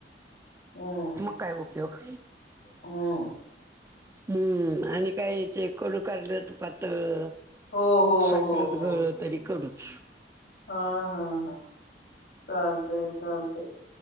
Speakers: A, on the left; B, on the right.
A: हम्म.
B: मग काय उपयोग?
A: हम्म
B: हम्म आणि काय ते कडू कारल तुपात तळलं.
A: हो हो
B: साखरत
A: हो हो
B: घोळलं तरी कडूच.
A: हा हा हा चालतय, चालतंय.